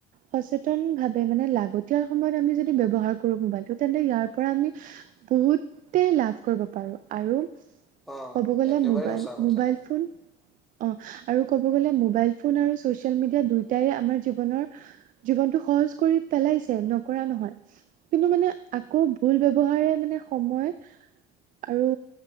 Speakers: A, on the right (about 50°); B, in the centre.
A: সচেতন ভাৱে মানে লাগতিয়াল সময়ত আমি যদি ব্যৱহাৰ কৰো মোবাইলটো তেন্তে ইয়াৰ পৰা আমি বহুতেই লাভ কৰিব পাৰো। আৰু
B: অ
A: ক'ব গ'লে
B: একেবাৰে
A: মোবাইল,
B: সঁচা কথা
A: মোবাইল ফোন অ' আৰু ক'ব গ'লে মোবাইল ফোন আৰু ছচিয়েল মিডিয়া দুয়োটাই আমাৰ জীৱনৰ জীৱনটো সহজ কৰি পেলাইছে নকৰা নহয়। কিন্তু মানে আকৌ ভুল ব্যৱহাৰে মানে সময় আৰু